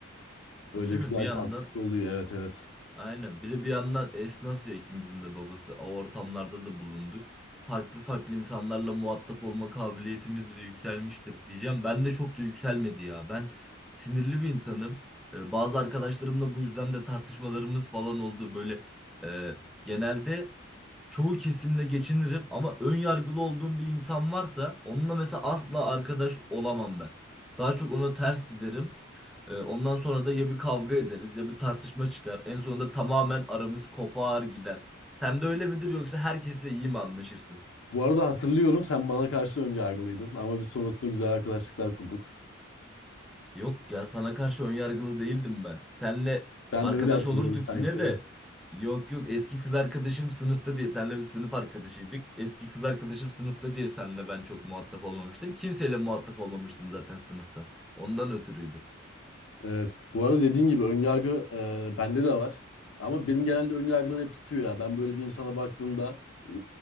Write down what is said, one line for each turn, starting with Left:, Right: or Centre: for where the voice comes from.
Left: Öyle
Centre: Değil
Left: güzel
Centre: mi? Bir yandan
Left: katkısı oluyor. Evet evet.
Centre: Aynen. Bir de bir yandan esnaf ya ikimizin de babası. O ortamlarda da bulunduk. Farklı farklı insanlarla muhatap olma kabiliyetimiz de yükselmiştir diyeceğim. Ben de çok da yükselmedi ya. Ben sinirli bir insanım. Ee, bazı arkadaşlarımla bu yüzden de tartışmalarımız falan oldu. Böyle e, genelde çoğu kesimle geçinirim ama ön yargılı olduğum bir insan varsa onunla mesela asla arkadaş olamam ben. Daha çok ona ters giderim. Ee, ondan sonra da ya bir kavga ederiz ya bir tartışma çıkar. En sonunda tamamen aramız kopar gider. Sen de öyle midir yoksa herkesle iyi mi anlaşırsın?
Left: Bu arada hatırlıyorum sen bana karşı önyargılıydın ama biz sonrasında güzel arkadaşlıklar kurduk.
Centre: Yok ya sana karşı önyargılı değildim ben. Senle
Left: Ben
Centre: arkadaş
Left: de öyle hatırlıyorum
Centre: olurduk
Left: sanki.
Centre: yine de. Yok yok eski kız arkadaşım sınıfta diye senle bir sınıf arkadaşıydık. Eski kız arkadaşım sınıfta diye senle ben çok muhatap olmamıştım. Kimseyle muhatap olmamıştım zaten sınıftan. Ondan ötürüydü.
Left: Evet. Bu arada dediğin gibi önyargı e, bende de var. Ama benim genelde önyargılar hep tutuyor ya. Ben böyle bir insana baktığımda e,